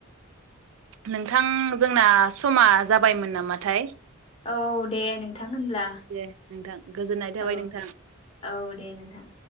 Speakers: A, on the right; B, on the left.
A: नोंथां जोंना समा जाबायमोन नामाथाय?
B: औ दे नोंथां नोंथां होनब्ला
A: दे नोंथां गोजोननाय थाबाय
B: औ
A: नोंथां।
B: औ दे नोंथां।